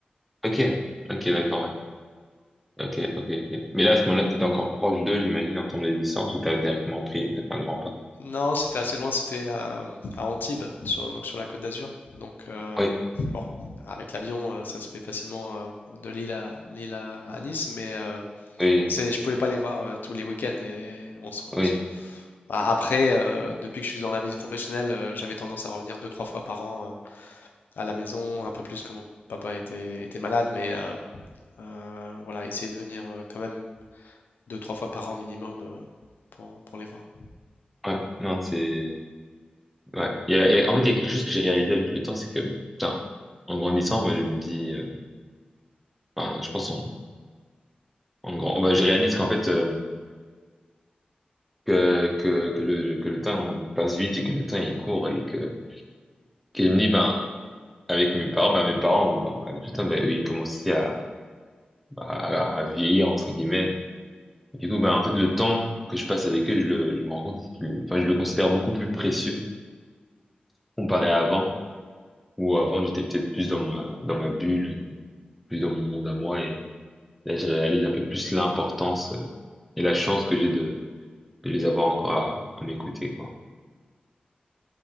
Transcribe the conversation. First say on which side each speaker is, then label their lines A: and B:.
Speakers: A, in the centre; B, on the left (about 85°).
A: Ok. Ok, d'accord, ouais. Ok, ok, ok. Mais là, à ce moment-là, t'étais encore proche d'eux, j'imagine, en termes de distance, ou t'as directement pris, t'as fait un grand pas.
B: Non, c'était assez loin, c'était à, à Antibes, sur, donc sur la Côte d'Azur. Donc, euh,
A: Oui,
B: bon, avec l'avion, euh, ça se fait facilement euh, de Lille à, Lille à, à Nice, mais euh,
A: oui,
B: c'est, je pouvais pas les voir euh, tous les week-ends et on se, on
A: oui.
B: se A- Après, euh, depuis que je suis dans la vie professionnelle, euh, j'avais tendance à revenir deux, trois fois par an euh, à la maison, un peu plus quand mon papa était, était malade, mais euh, euh, voilà, essayer de venir euh, quand même deux, trois fois par an minimum euh, pour, pour les voir.
A: Ouais, non, c'est... Ouais. Il y a, il y a- en fait, il y a quelque chose que j'ai réalisé avec le temps, c'est que, putain, en grandissant, bah, je me dis... euh, enfin, je pense en, en grand... bah, je réalise qu'en fait, euh, que, que, que, le, que le temps on passe vite et que le temps est court et que... Qu'il me dit, ben, Avec mes parents, bah, mes parents, euh, bah, avec le temps, bah, ils commençaient à, à, à vieillir, entre guillemets. Du coup, bah, en fait, le temps que je passe avec eux, je le, je me rends compte qu'il, enfin, je le considère beaucoup plus précieux comparé à avant, où avant, j'étais peut-être plus dans ma, dans ma bulle, plus dans mon monde à moi, et là, je réalise un peu plus l'importance euh, et la chance que j'ai de, de les avoir encore à, à mes côtés, quoi.